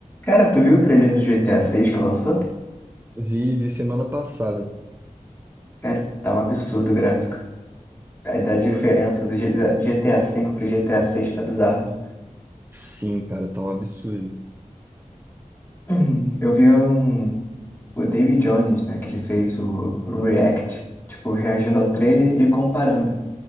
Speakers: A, on the left; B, on the right.
A: Cara, tu viu o trailer do GTA VI que lançou?
B: Vi, vi semana passada.
A: Cara, tá um absurdo o gráfico. A, da diferença
B: Porra,
A: do GTA V pro GTA VI tá bizarro. <clears throat>
B: sim, cara, tá um absurdo.
A: Hum, Eu vi um, o David Jones, né, que ele fez o React, tipo, reagindo ao trailer e comparando